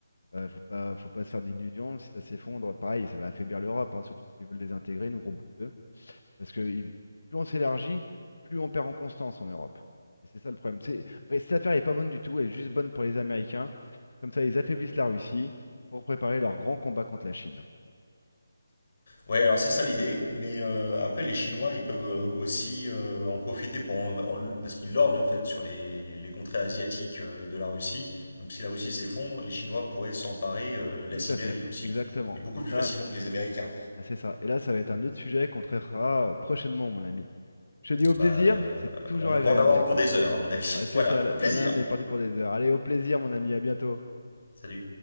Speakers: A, on the left (about 80°); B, on the left (about 45°).
A: Euh, faut pas, faut pas se faire d'illusions. Si ça s'effondre, pareil, ça va affaiblir l'Europe, hein, surtout s'ils veulent les intégrer, nos gros bouses. Parce que il- plus on s'élargit, plus on perd en constance en Europe. Et c'est ça le problème. C'est- et Cette affaire n'est pas bonne du tout, elle est juste bonne pour les Américains. Comme ça, ils affaiblissent la Russie pour préparer leur grand combat contre la Chine.
B: Ouais, alors c'est ça l'idée, mais euh, après les Chinois, ils peuvent euh, aussi euh, en profiter pour en- en- parce qu'ils lorgnent en fait sur les, les contrées asiatiques euh, de la Russie. Donc si la Russie s'effondre, les Chinois pourraient s'emparer euh, de la
A: Tout
B: Sibérie
A: à fait,
B: aussi,
A: exactement.
B: et beaucoup
A: Et ça,
B: plus facilement que les Américains.
A: ah, c'est ça. Et là, ça va être un autre sujet qu'on traitera prochainement, mon ami. Je te dis au
B: Bah,
A: plaisir,
B: euh,
A: c'est toujours
B: on en
A: agréable
B: va en avoir
A: avec
B: pour
A: toi.
B: des heures à mon avis.
A: Ouais,
B: <laughs>
A: c'est
B: Voilà,
A: ça,
B: au
A: là-
B: plaisir.
A: bah là, on est parti pour des heures. Allez, au plaisir, mon ami, à bientôt.
B: Salut.